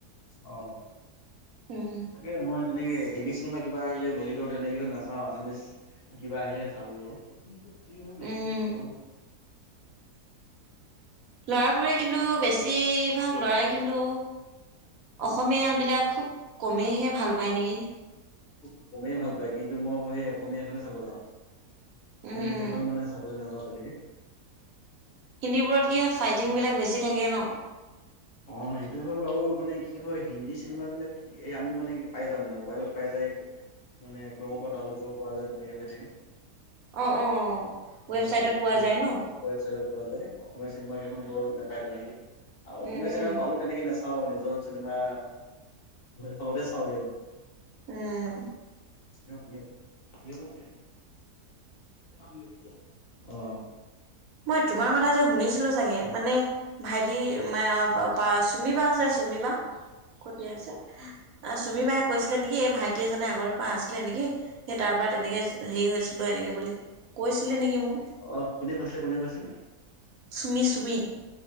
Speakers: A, on the left; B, on the right.
A: অ
B: উম
A: তাকে মই তেনেকে হিন্দী চিনেমা কিবা আহিলে বলিউডৰ তেনেকোটো নাচাওঁ আছামিছ কিবা আহিলে চাও গে বাও।
B: উম লৰাবোৰে কিন্তু বেছিভাগ লৰাই কিন্তু অসমীয় বিলাক খুব কমেইহে ভাল পায় নেকি?
A: খুব কমেই ভাল পায় কিন্তু মই ক সেই অসমীয়াখনে চাব যাওঁ।
B: উম
A: হিন্দীকেইখন
B: উম
A: মানে চাবলৈ নাযাওঁ তেনেকে।
B: হিন্দীবোৰত কি ফাইটিং বিলাক বেছি থাকে ন।
A: অ। সেইটো হয় আৰু মানে কি হয় হিন্দী চিনেমা বিলাক আমি মানে পাই যাও মানে মোবাইলত পাই যাও। মানে ক্ৰমৰ পা ডাইনলোড কৰিব পৱা যায় তেনেকে হৈ থাকে।
B: অ অ ৱেবচাইটত
A: অ অসমীয়া
B: পোৱা যায় ন
A: ৱবছাইট পোৱা যায় অসমীয়া চিনেমা <unintelligible> নাপাই তেনেকে। আৰু
B: উম
A: অসমীয়া
B: উম
A: চিনিমা পালো তেনেকে নাচাও নিজৰ চিনেমা হলতে চাওঁগে মানে।
B: উম।
A: নীৰৱ নীৰৱ নীৰৱক দি দে। <unintelligible> অহ।
B: মই তোমাৰ কথা যে শুনিছিলো চাগে মানে ভাইটি <unintelligible> চুমিবা যে চুমিবা ক'ত বিয়া হৈছে চুমী বায়ে কৈছিলে নেকি এই ভাইটি ভাইটিজনে আগৰ পৰা আছিলে নেকি সেই তাৰ পৰা তেনেকে হেৰি হৈছিলো এনেকে বুলি কৈছিলে নেকি? মোক
A: অ কোনে কৈছিলে কোনে কৈছিলে?
B: চুমি চুমি।